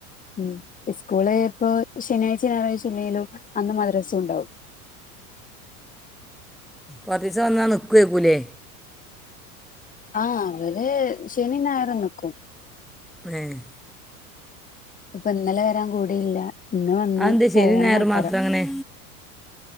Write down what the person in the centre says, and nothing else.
വദിസ വന്നാ നിക്കയക്കൂലേ
ഏഹ്
അതെന്താ ശനി
ഞായർ
മാത്രം അങ്ങനെ